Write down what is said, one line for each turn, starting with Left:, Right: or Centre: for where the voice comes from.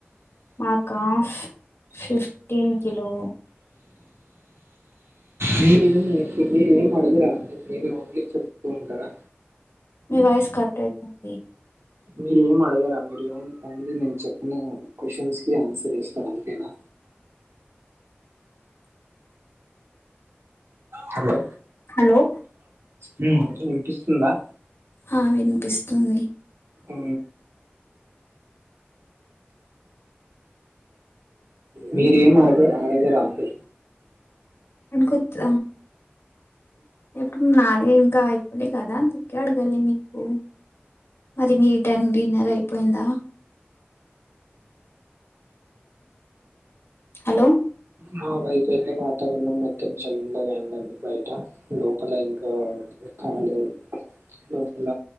Left: మాకా ఫిఫ్ ఫిఫ్టీన్ కిలో
Right: మీరేమి మీరేమి అడుగురా అండి <unintelligible> చెప్తూ ఉంటారా
Left: మీ వాయిస్ కట్ అయితుంది
Right: మీరు ఏం అడగారా మీరు ఏం ఓన్లీ నేను చెప్పిన క్వ్చన్స్ కి ఆన్సర్ ఇస్తారా అంతేనా హలో
Left: హలో
Right: ఊ వినిపిస్తుందా
Left: హా వినిపిస్తుంది
Right: ఉ మీరేం అరగర అడిగారా అంటి
Left: ఎన్ కొత్త ఏప్పుడు నా ఇంకా అయిపోలే కదా అందుకే అడగాలే మీకు అదే మీ టెన్ డిన్నర్ అయిపోయిందా హలో
Right: మా వైపు అయితే వాతావరణం మొత్తం చల్లగా ఉంది అండి బయట లోపల ఇంకా కాలే లోపల